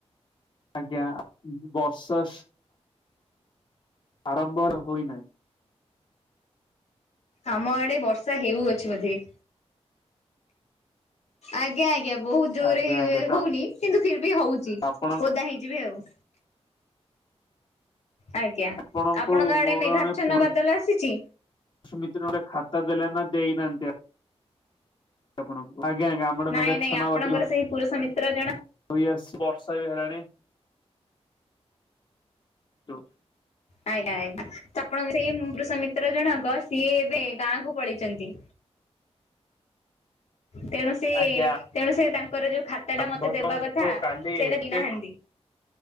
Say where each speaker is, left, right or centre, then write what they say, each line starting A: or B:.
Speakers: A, on the left; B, on the left.
A: ଆଜ୍ଞା ବର୍ଷା ଆରମ୍ଭ ହୋଇନାହିଁ।
B: ଆମ ଆଡେ ବର୍ଷା ହେଉଅଛି ବୋଧେ। ଆଜ୍ଞା ଆଜ୍ଞା ବହୁତ ଜୋରରେ
A: ଆଜ୍ଞା ଆଜ୍ଞା ତ
B: ହଉନି କିନ୍ତୁ ଫିର ବି ହଉଛି
A: ଆପଣ
B: ଓଦା ହେଇଯିବେ ଆଉ। ଆଜ୍ଞା
A: ଆପଣଙ୍କୁ
B: ଆପଣଙ୍କ ଆଡେ
A: ମୋର
B: ମେଘାଚ୍ଛନ୍ନ
A: ଜଣେ ପୁରୁଷ
B: ବାଦଲ ଆସିଛି।
A: <unintelligible> ଗୋଟେ ଖାତା ଦେଲେ ନା ଦେଇ ନାହାନ୍ତି। ଆପଣଙ୍କୁ ଆଜ୍ଞା ଆଜ୍ଞା ଆମ ଆଡ଼େ
B: ନାଇଁ
A: ମେଘାଛନ୍ନ
B: ନାଇଁ ଆପଣଙ୍କର
A: ବାଦଲ
B: ସେଇ ପୁରୁଷ ମିତ୍ର ଜଣ
A: <unintelligible> ବର୍ଷା ବି ହେଲାଣି। <inaudible>
B: ଆଜ୍ଞା ଆଜ୍ଞା ଆପଣଙ୍କ ସେଇ ପୁରୁଷମିତ୍ର ଜଣକ ସିଏ ଏବେ ଗାଁକୁ ପଳେଇଛନ୍ତି। ତେଣୁ ସେ
A: ଆଜ୍ଞା
B: ତେଣୁ ସେ ତାଙ୍କର ଯୋଉ ଖାତା
A: ଆମ୍ଭଙ୍କୁ
B: ଟା ମତେ ଦେବା କଥା
A: କାଲି
B: ସେଇଟା
A: ଏତେ
B: ଦେଇନାହାନ୍ତି।